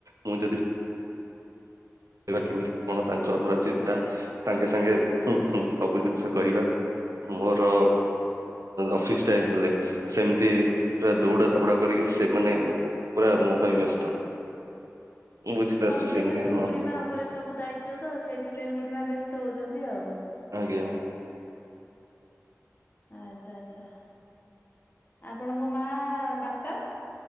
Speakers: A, on the right (about 85°); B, on the left (about 40°).
A: ମୁଁ ଯଦି କେମିତି କଣ ତାଙ୍କର ପୁରା ଚିନ୍ତା ସାଙ୍ଗେ ସାଙ୍ଗେ ସବୁ ଜିନିଷ କରିବା । ମୋର ଅଫିସ ଟାଇମ ହେଲେ ସେମତି ପୁରା ଦୌଡା ଧପଡା କରିକି ସେ ମାନେ ପୁରା ମୋ ପାଇଁ ବ୍ୟସ୍ତ ।
B: <inaudible>
A: ମୁଁ ବୁଝିପାରୁଛି
B: ହଁ ଯେହେତୁ
A: ସେମତିଁ
B: ବୁଢୀମା ଉପରେ ସବୁ ଦାୟିତ୍ଵ ତ ସେଇଥିପାଇଁ ବୁଢୀମା ବ୍ୟସ୍ତ ହଉଛନ୍ତି ଆଉ ।
A: ଆଜ୍ଞା।
B: ଆଚ୍ଛା ଆଛା ଆପଣଙ୍କ ମା ବାପା